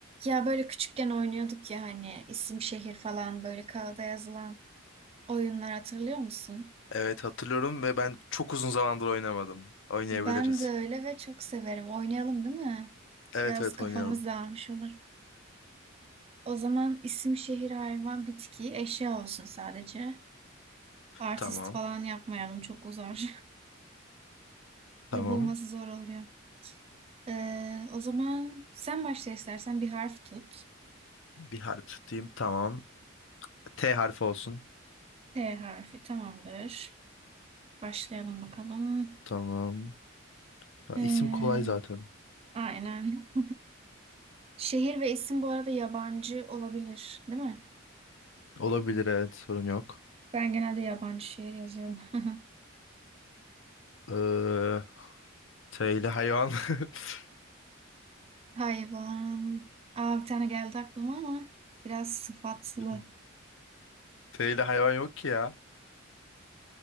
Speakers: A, on the right; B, on the left.
A: Ya böyle küçükken oynuyorduk ya hani isim şehir falan böyle kağıda yazılan oyunlar hatırlıyor musun?
B: Evet hatırlıyorum ve ben çok uzun zamandır oynamadım. Oynayabiliriz.
A: Ben de öyle ve çok severim. Oynayalım değil mi?
B: Evet
A: Biraz
B: evet
A: kafamız
B: oynayalım.
A: dağılmış olur. O zaman isim şehir hayvan bitki eşya olsun sadece. Artist
B: Tamam.
A: falan yapmayalım çok uzar. <laughs>
B: Tamam.
A: Bir de bulması zor oluyor. Ee, o zaman sen başla istersen bir harf tut.
B: Bir harf tutayım. Tamam. T harfi olsun.
A: T harfi tamamdır. Başlayalım bakalım.
B: Tamam. Ha,
A: Ee,
B: isim kolay zaten.
A: aynen. <laughs> Şehir ve isim bu arada yabancı olabilir, değil mi?
B: Olabilir evet sorun yok.
A: Ben genelde yabancı şehir yazıyorum. <laughs>
B: Ee, T ile hayvan. <laughs>
A: Hayvan. Aa, bir tane geldi aklıma ama biraz sıfatlı.
B: T T ile hayvan yok ki ya.